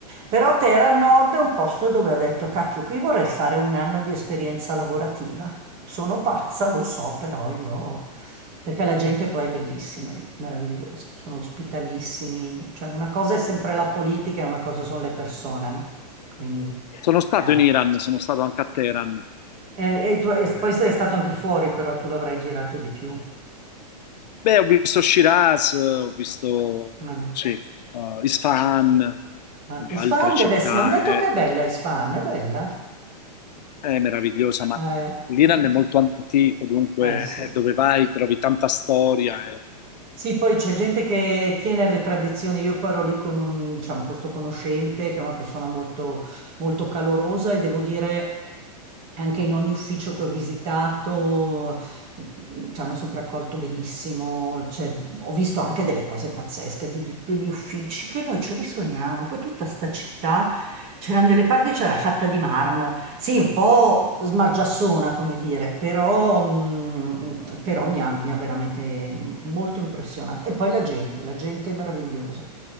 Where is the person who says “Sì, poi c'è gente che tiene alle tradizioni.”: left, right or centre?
Right